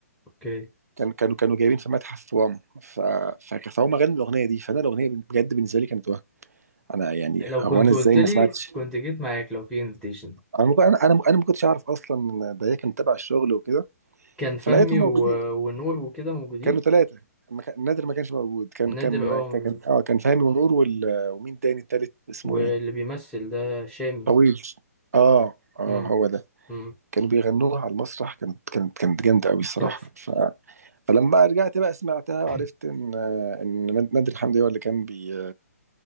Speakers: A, in the centre; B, on the right (about 70°).
A: اوكي
B: كان كانوا كانوا جايبين في متحف واما ف ف- فهم غنوا الأغنية دي فأنا الأغنية بجد بالنسبة لي كانت وهم أنا يعني
A: لو
B: هو
A: كنت
B: أنا إزاي
A: قلت لي
B: ما سمعتش
A: كنت جيت معاك لو في انفيتيشن
B: أنا ممكن- أنا أنا أنا ما كنتش أعرف أصلا إن ده هي كانت تبع الشغل وكده
A: كان فهمي
B: فلقيتهم موجودين
A: و... ونور وكده موجودين
B: كانوا ثلاثة ما كان- نادر ما كانش موجود كان كان
A: نادر اه موجود.
B: كان كان- اه كان فهمي ونور وال... ومين تاني التالت اسمه
A: واللي
B: ايه؟
A: بيمثل ده شامي
B: طويل اه اه
A: امم
B: هو ده
A: امم
B: كانوا بيغنوها على المسرح كانت كانت كانت جامده قوي الصراحه
A: تحفة
B: ف... فلما بقى رجعت بقى سمعتها وعرفت
A: <clears throat>
B: ان ان نادر حمدي هو اللي كان بي